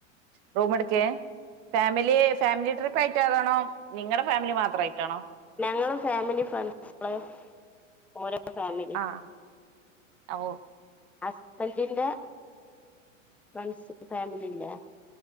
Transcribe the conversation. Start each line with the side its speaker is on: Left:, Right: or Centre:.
Right: റോമടക്ക ഫാമിലി ഫാമിലി ട്രിപ്പ് ആയിട്ട് അതാണോ നിങ്ങളുടെ ഫാമിലി മാത്രം ആയിട്ടാണോ
Centre: ഞങ്ങള് ഫാമിലി ഫ്രണ്ട്സള് ഓരോ ഫാമിലി
Right: ആഹ് ഓഹ്‌
Centre: ഹസ്ബൻറിന്റെ ഫ്രണ്ട്സി ഫാമിലിന്റെ